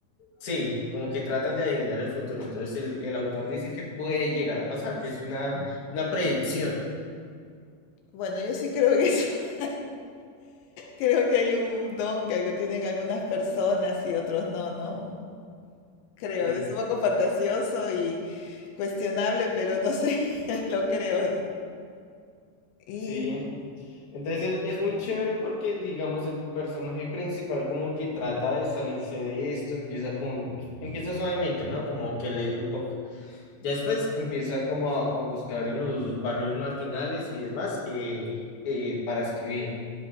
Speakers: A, on the left; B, on the left.
A: sí, como que tratan de adivinar el futuro. Entonces, el, el autor dice que puede llegar a pasar, que es una, una predicción.
B: Bueno, yo sí creo que eso. <laughs> Creo que hay un don que algo tienen algunas personas y otros no, ¿no? Creo,
A: En,
B: es un poco fantasioso y cuestionable, pero no sé, <laughs> lo creo. Y
A: sí, en- Entonces es, es muy chévere porque, digamos, el personaje principal como que trata de salirse de esto, empieza con, pues, empieza suavemente, ¿no? Como que leer un poco. Ya después empieza como a, a buscar en los barrios marginales y demás eh, eh, para escribir.